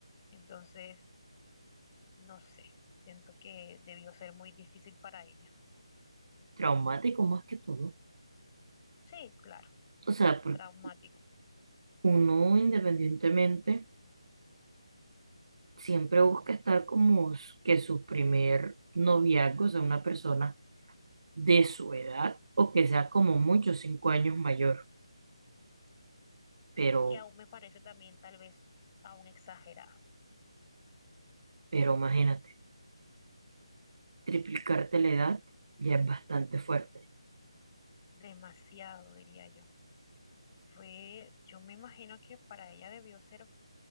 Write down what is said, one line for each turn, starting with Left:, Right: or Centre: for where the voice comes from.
Left: entonces, no sé, siento que debió ser muy difícil para ella.
Right: Traumático más que todo.
Left: Sí, claro,
Right: O sea, porque
Left: traumático.
Right: uno independientemente siempre busca estar como s- que su primer noviazgo sea una persona de su edad o que sea como mucho cinco años mayor. Pero,
Left: que aún me parece también tal vez aún exagerado,
Right: pero imagínate, triplicarte la edad ya es bastante fuerte.
Left: demasiado diría yo. Fue, yo me imagino que para ella debió ser,